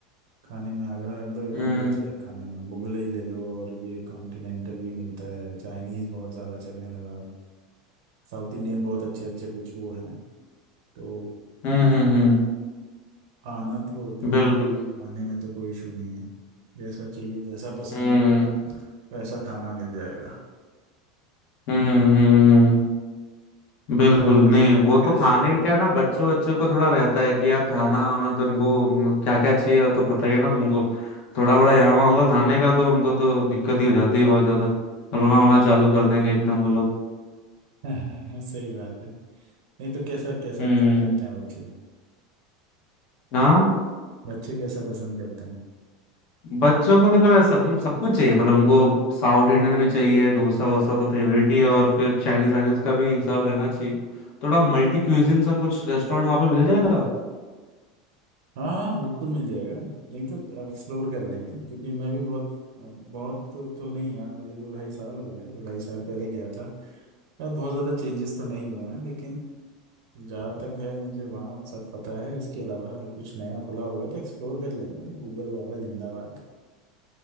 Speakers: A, on the right; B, on the left.
A: खाने में आगरा मतलब एकदम
B: हम्म
A: रिच है खाने में मुगलई ले लो और ये कॉन्टिनेंटल भी मिलता है चाइनीज बहुत ज़्यादा चलने लगा साउथ इंडियन बहुत अच्छे अच्छे कुछ वो हैं तो
B: हम्म हम्म हम्म,
A: आना तो दिखाएंगे
B: बिल्कुल
A: खाने में तो कोई इशू नहीं है जैसा चाहिए जैसा पसंद
B: हम्म
A: हो वैसा खाना मिल जाएगा
B: हम्म हम्म हम्म बिल्कुल
A: कैसा वैसे
B: नहीं वो तो
A: कैसा
B: खाने का क्या ना बच्चों बच्चों को थोड़ा रहता है कि यार खाना वाना तो उनको क्या क्या चाहिए वो तो पता ही है ना तुमको थोड़ा बड़ा यहाँ वहाँ होगा खाने का तो उनको तो दिक्कत ही हो जाती है बहुत ज्यादा रोना वोना चालू कर देंगे एकदम वो लोग
A: <laughs> सही बात है नहीं तो कैसा कैसा
B: हम्म
A: पसंद करते हैं बच्चे
B: हाँ
A: बच्चे कैसा पसंद करते हैं
B: बच्चों को मतलब ऐसा- सब सब कुछ चाहिए मतलब उनको साउथ इंडियन भी चाहिए डोसा वोसा तो फेवरेट ही है और फिर चाइनीज वाइनीज का भी हिसाब रहना चाहिए थोड़ा मल्टी क्यूजिन सा कुछ रेस्टोरेंट वहाँ पे मिल जाएगा
A: हाँ हाँ बिल्कुल मिल जाएगा नहीं तो एक्सप्लोर कर लेंगे क्योंकि मैं भी बहुत अ, बहुत तो, तो नहीं यार मुझे दो ढाई साल हो गया दो ढाई साल पहले गया था यार बहुत ज़्यादा चेंजेस तो नहीं हुए हैं लेकिन जहाँ तक है मुझे वहाँ सब पता है इसके अलावा अगर कुछ नया खुला होगा तो एक्सप्लोर कर लेंगे गूगल बाबा जिंदाबाद